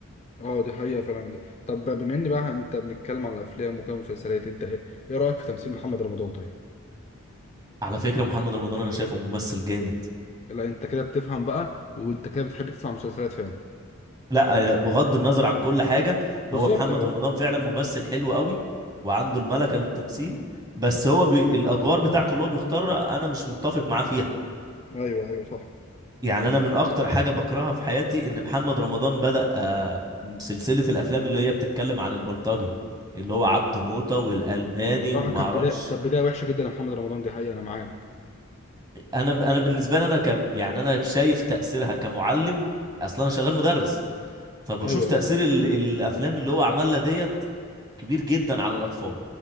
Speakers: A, on the left (about 30°); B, on the right (about 20°).
A: اه دي حقيقة فعلا طب بما ان بقى انت بنتكلم على الافلام وكده مسلسلات انت ايه ايه رأيك في تمثيل محمد رمضان طيب
B: على فكره محمد رمضان انا شايفه ممثل جامد
A: لا انت كده بتفهم بقى وانت كده بتحب تسمع مسلسلات فعلا
B: لا بغض النظر عن كل حاجه
A: بالظبط
B: هو محمد
A: اه
B: رمضان فعلا ممثل حلو قوي وعنده الملكه للتمثيل بس هو بي... الادوار بتاعته اللي هو بيختارها انا مش متفق معاه فيها
A: ايوه ايوه صح
B: يعني انا من اكتر حاجه بكرهها في حياتي ان محمد رمضان بدأ آه، سلسله الافلام اللي هي بتتكلم عن البلطجي اللي هو عبده موطة والالماني
A: بصراحة
B: وما
A: كانت
B: اعرفش
A: بداية كانت بداية وحشة جدا لمحمد رمضان دي حقيقة انا معاك
B: انا ب... انا بالنسبه لي انا ك... يعني انا شايف تاثيرها كمعلم اصلا انا شغال مدرس فبشوف
A: ايوه
B: تاثير
A: ايوه
B: ال... الافلام اللي هو عملها ديت كبير جدا على الاطفال